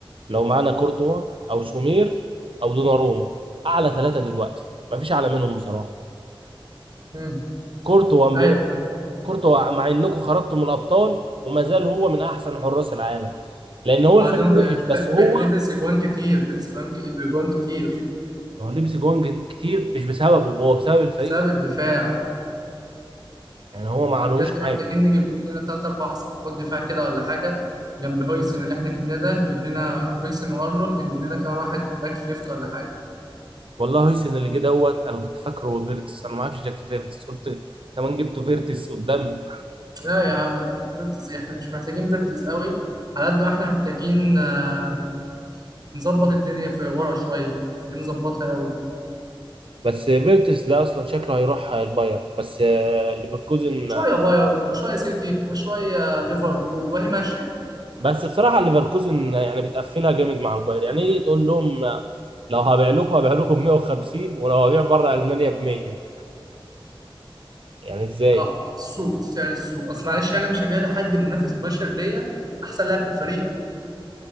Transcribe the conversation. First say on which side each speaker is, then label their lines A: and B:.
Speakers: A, on the right (about 70°); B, on the right (about 45°).
A: لو معانا كورتوا او سومير او دوناروما اعلى ثلاثه دلوقتي ما فيش اعلى منهم بصراحه
B: امم
A: كورتوا ب...
B: ايوه فاهم
A: كورتوا مع انكم خرجتوا من الابطال وما زال هو من احسن حراس العالم لان هو
B: بعدين
A: الفريق
B: آه،
A: وحش
B: لا
A: بس هو
B: ب- لبس اجوان كتير لبس اجوان ك- اجوان كتير
A: هو لبس جوان كتير مش بسببه هو بسبب الفريق
B: بسبب الدفاع
A: يعني هو ما
B: احنا
A: عليهوش
B: بجد محتاجين
A: حاجه
B: نجيب لنا تلات أربع صفقات دفاع كده ولا حاجة جنب هويسن اللي احنا جبناه ده نجيب لنا هويسن وأرنولد نجيب لنا كمان واحد باك ليفت ولا حاجة
A: والله هيسن اللي جه دوت انا كنت فاكره فيرتس انا ما اعرفش شكل فيرتس قلت كمان جبته فيرتس قدام
B: لا يا عم فيرتز إيه؟ احنا مش محتاجين فيرتز قوي على قد ما احنا محتاجين آه، نظبط الدنيا في ورا شوية محتاجين نظبطها قوي
A: بس فيرتس ده اصلا شكله هيروح الباير بس آه، ليفركوزن
B: شوية باير وشوية سيتي وشوية ليفربول وهي ماشية
A: بس بصراحه ليفركوزن يعني بتقفلها جامد مع الباير يعني ايه تقول لهم آه، لو هبيع لكم هبيع لكم ب 150 ولو هبيع بره المانيا ب 100 يعني ازاي
B: اه السوق سعر السوق اصل معلش انا مش هبيع لحد منافس مباشر ليا احسن لاعب في الفريق